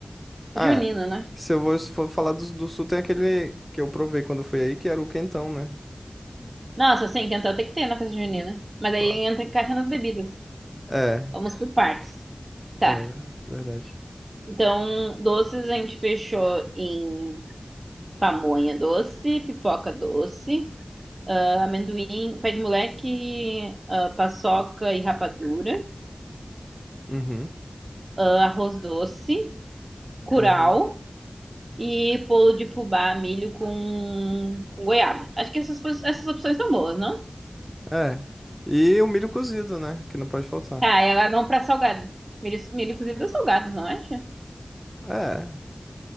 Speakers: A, in the centre; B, on the right (about 65°).
A: Ah,
B: junino, né?
A: se eu vou, se for falar do, do sul, tem aquele que eu provei quando eu fui aí, que era o quentão, né?
B: Nossa, sim, então tem que ter na festa junina. Mas aí
A: Lá.
B: entra caixa nas bebidas.
A: É,
B: Vamos por partes. Tá.
A: é ver- verdade.
B: Então, doces a gente fechou em pamonha doce, pipoca doce. amendoim, pé de moleque, ah, paçoca e rapadura,
A: Uhum,
B: ah, arroz doce, curau
A: uhum.
B: e bolo de fubá, milho com, com goiaba. Acho que essas, coisas- essas opções estão boas, não?
A: É. E o milho cozido, né? Que não pode faltar.
B: Tá, e agora vamos pra salgado. Milho, milho cozido é salgado, não acha?
A: É.